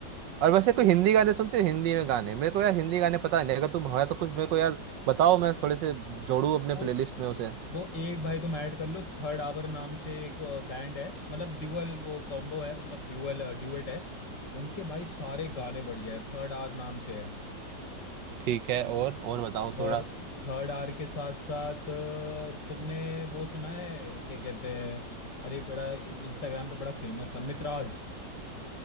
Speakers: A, on the right; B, on the left.
A: और वैसे कोई हिंदी गाने सुनते हो हिंदी में गाने मेरे को यार हिंदी गाने पता नहीं अगर तुम हो तो कुछ मेरे को यार बताओ मैं थोड़े से जोड़ू अपने
B: है।
A: प्लेलिस्ट में उसे
B: वो एक भाई तुम ऐड कर लो थर्ड आवर नाम से एक बैंड है मतलब ड्यूअल वो कॉम्बो है मतलब ड्यूअल ड्यूएट है उनके भाई सारे गाने बढ़िया है थर्ड आवर नाम से है
A: ठीक है और और बताओ
B: और
A: थोड़ा
B: थर्ड आवर के साथ साथ अ, तुमने वो सुना है क्या कहते हैं अरे बड़ा इंस्टाग्राम पे बड़ा फेमस था मित्राज